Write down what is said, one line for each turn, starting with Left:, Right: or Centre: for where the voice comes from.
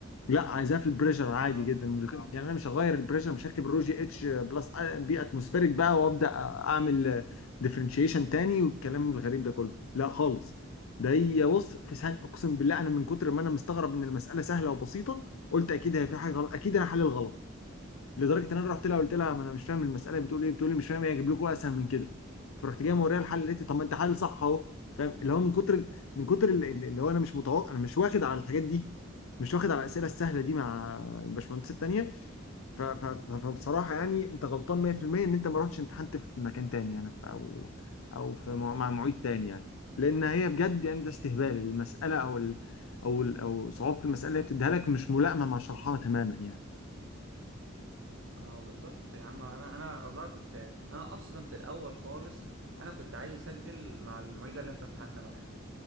Left: لا عايزاه في البريشر عادي
Right: اه
Left: جدا آه. يعني انا مش هغير البريشر مش هكتب رو جي اتش بلس بي اتموسفيريك بقى وابدا اعمل ديفرنشيشن تاني والكلام الغريب ده كله لا خالص ده هي بص في ثانيه اقسم بالله انا من كتر ما انا مستغرب ان المساله سهله وبسيطه قلت اكيد هي في حاجه غلط اكيد انا حل الغلط لدرجه ان انا رحت لها قلت لها ما انا مش فاهم المساله بتقول ايه بتقول لي مش فاهم ايه اجيب لكم اسهل من كده فرحت جاي موريها الحل اللي طب ما انت حل صح اهو فاهم اللي هو من كتر من كتر اللي اللي هو انا مش متوقع انا مش واخد على الحاجات دي مش واخد على الاسئله السهله دي مع الباشمهندسات التانيه ف- ف- ف- فبصراحه يعني انت غلطان 100% ان انت ما رحتش امتحنت في مكان تاني يعني في او او في مع مع معيد تاني يعني لان هي بجد يعني ده استهبال المساله او ال او ال او صعوبه المساله اللي هي بتديها لك مش ملائمه مع شرحها تماما يعني
Right: اه بالظبط يا عم انا انا والله كنت يعني انا اصلا في الاول خالص انا كنت عايز اسجل مع المعيده اللي انت امتحنت معاها دي